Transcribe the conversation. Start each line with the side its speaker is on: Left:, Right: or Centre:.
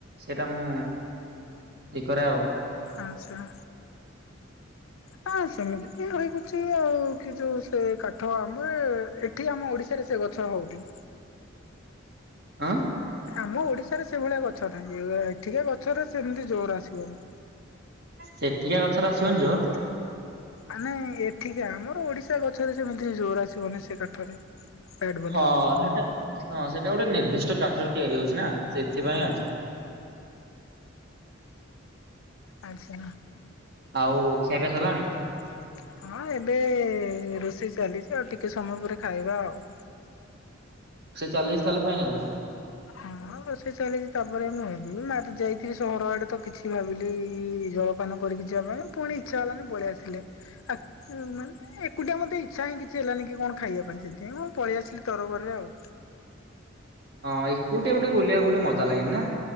Right: ସେଇଟା ମୁଁ ଠିକ୍ କରେ ଆଉ।
Left: ଆଛା। ହଁ ସେମିତି ବି ରହିଗଛି ଆଉ କି ଯୋଉ ସେ କାଠ ଆମେ ଏଠି ଆମ ଓଡିଶାରେ ସେ ଗଛ ହଉନେଇ।
Right: ଆଁ।
Left: ଆମ ଓଡିଶାରେ ସେଭଳିଆ ଗଛ ନାହିଁ ଏଠିକା ଗଛରେ ସେମିତି ଜୋର ଆସିବନି।
Right: ସେଠିକା ଗଛରେ ଆସିବନି ଜୋ
Left: ଆମେ ଏଠିକା ଆମର ଓଡିଶା ଗଛରେ ସେମିତି ଜୋର ଆସିବନି ସେ କାଠରେ। ବ୍ୟାଟ ବନେଇବା
Right: ହଁ
Left: ପାଇଁ।
Right: ହେଟା ହଁ ସେଟା ଗୋଟେ ନିର୍ଦ୍ଦିଷ୍ଟ କାଠର ତିଆରି ହଉଛି ନା ସେଇଥିପାଇଁ
Left: ହଁ
Right: ଆଉ।
Left: ଆଚ୍ଛା
Right: ଆଉ ଖିଆ ପିଆ ସରଲାଣି?
Left: <inaudible> ହଁ ଏବେ ରୋଷେଇ ଚାଲିଛି ଆଉ ଟିକେ ସମୟ ପରେ ଖାଇବା ଆଉ।
Right: ରୋଷେଇ ଚାଲିଛି ତାହଲେ ଫାଇନାଲ।
Left: ହଁ ରୋଷେଇ ଚାଲିଛି ତାପରେ ମୁଁ ହେବି ଯାଇଥିଲି ସହର ଆଡେ ତ କିଛି ଭାବିଲି ଜ ପାନ କରିକି ଯିବା ପାଇଁ ପୁଣି ଇଚ୍ଛା ହେଲାନି ପଳେଇ ଆସିଲି ଆ ମାନେ ଏକୁଟିଆ ମତେ ଇଚ୍ଛା ହିଁ କିଛି ହେଲାନି କି କଣ ଖାଇବା ପାଇଁ ସେଥିପାଇଁ ମୁଁ ପଳି ଆସିଲି ତରବରରେ ଆଉ।
Right: ହଁ ଏକୁଟିଆ ଗୋଟେ ବୁଲିବା ଗୋଟେ ମଜା ଲାଗେନି ନା।